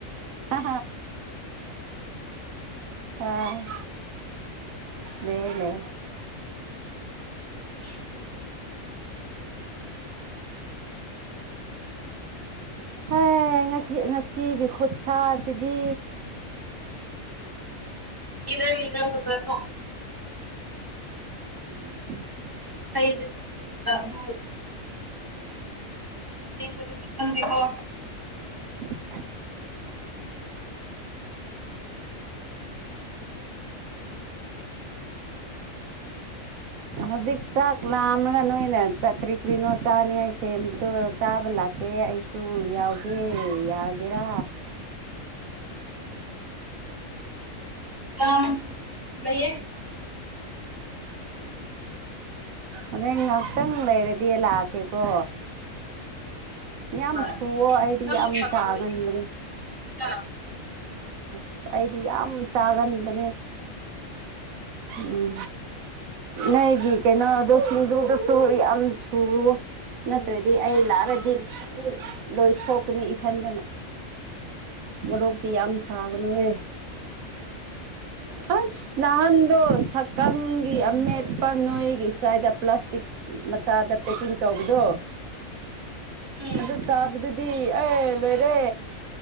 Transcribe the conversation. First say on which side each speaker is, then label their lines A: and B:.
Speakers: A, on the right; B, on the right.
A: ꯑ ꯑ ꯂꯩꯅꯦ
B: <inaudible>
A: ꯍꯣꯏ ꯉꯁꯤ ꯉꯁꯤꯒꯤ ꯈꯨꯠꯁꯁꯤꯗꯤ
B: ꯏꯔ ꯏꯂꯖꯔ ꯇ ꯆꯣ
A: ꯎꯝ
B: ꯏꯁꯩꯗꯗꯤ ꯂꯩꯌꯦꯕ ꯑꯗꯨ ꯑꯁ ꯀꯗꯟꯗꯀꯣ
A: <inaudible> <inaudible> ꯎꯝ ꯍꯧꯖꯤꯛ ꯆꯥꯛ ꯂꯥꯝꯂꯒ ꯅꯣꯏꯅ ꯆ ꯀ꯭ꯔꯤ ꯀ꯭ꯔꯤꯅꯣ ꯆꯥꯅꯤꯡꯉꯥꯏ ꯁꯦꯝꯕꯗꯣ ꯆꯥꯕ ꯂꯥꯛꯀꯦ ꯑꯦꯦ ꯑꯩꯁꯨ ꯌꯥꯎꯒꯦ ꯌꯥꯒꯦꯔꯥ
B: ꯀ ꯂꯩꯌꯦ
A: ꯑ ꯍꯦꯟ ꯉꯥꯏꯍꯥꯛꯇꯪ ꯂꯩꯔꯗꯤ ꯂꯥꯛꯀꯦꯀꯣ ꯌꯥꯝ
B: ꯍꯣꯏ
A: ꯁꯨꯋꯣ ꯑꯩꯗꯤ
B: ꯅꯪ
A: ꯌꯥꯝ ꯆꯥꯒꯟꯕꯅꯦ
B: ꯀꯣ ꯏꯗ
A: ꯑꯁ ꯑꯩꯗꯤ ꯌꯥꯝ ꯆꯥꯒꯟꯕꯅꯦ ꯎꯝ ꯅꯣꯏꯒꯤ ꯀꯩꯅꯣꯗ ꯁꯤꯡꯖꯨꯗꯁꯨ ꯌꯥꯝ ꯁꯨꯔꯨ ꯅꯠꯇ꯭ꯔꯗꯤ ꯑꯩ ꯂꯥꯛꯔꯗꯤ ꯂꯣꯏꯊꯣꯛꯀꯅꯤ ꯏꯊꯟꯗꯅ ꯃꯔꯣꯔꯣꯛꯇꯤ ꯌꯥꯝ ꯁꯥꯒꯅꯨꯍꯦ ꯑꯁ ꯅꯍꯥꯟꯗꯣ ꯁꯛꯀꯪꯒꯤ ꯑꯃꯦꯠꯄ ꯅꯣꯏꯒꯤ ꯆꯥꯏ ꯏꯗ ꯄ꯭ꯂꯥꯁꯇꯤꯛ ꯃꯆꯥꯗ ꯄꯦꯛꯀꯤꯡ ꯇꯧꯕꯗꯣ
B: ꯎꯝ
A: ꯑꯗꯨ ꯆꯥꯕꯗꯨꯗꯤ ꯑꯦ ꯂꯣꯏꯔꯦ